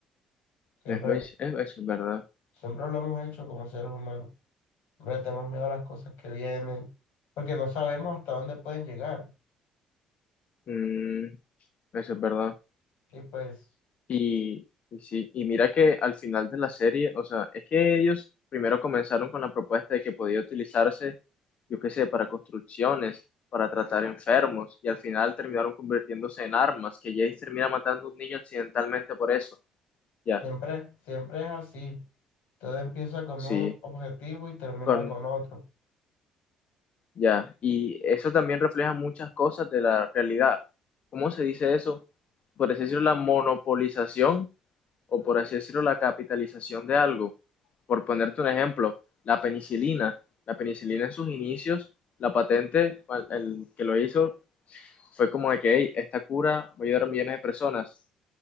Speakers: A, on the left (about 70°); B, on the left (about 50°).
A: Siempre,
B: No Es muy, es- eso es verdad.
A: siempre lo hemos hecho como seres humanos. Siempre tenemos miedo a las cosas que vienen, porque no sabemos hasta dónde pueden llegar.
B: Mm, eso es verdad.
A: Y pues.
B: Y, y sí, y mira que al final de la serie, o sea, es que ellos primero comenzaron con la propuesta de que podía utilizarse, yo qué sé, para construcciones, para tratar enfermos, y al final terminaron convirtiéndose en armas, que Jace termina matando a un niño accidentalmente por eso. Ya,
A: Siempre, siempre es así. Todo empieza con
B: sí,
A: un objetivo y termina
B: con,
A: con otro.
B: ya. Y eso también refleja muchas cosas de la realidad. ¿Cómo se dice eso? Por así decirlo, la monopolización o por así decirlo, la capitalización de algo. Por ponerte un ejemplo, la penicilina. La penicilina en sus inicios, la patente, el que lo hizo, fue como de que "Hey, esta cura va a ayudar a millones de personas.